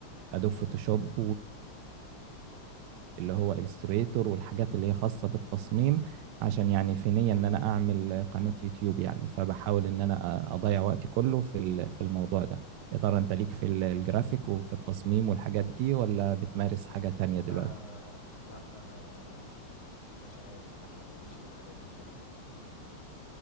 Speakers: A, on the right; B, on the left.
A: أدوب فوتوشوب اللي هو الستريتور والحاجات اللي هي خاصة بالتصميم عشان يعني في نية ان انا اعمل قناة يوتيوب يعني فبحاول ان انا اضيع وقتي كله في ال- في الموضوع ده يا ترى انت ليك في ال- الجرافيك وفي التصميم والحاجات دي ولا بتمارس حاجة تانية دلوقتي
B: آه لا انا مش عارف انا ماليش في الحاجات دي بصراحة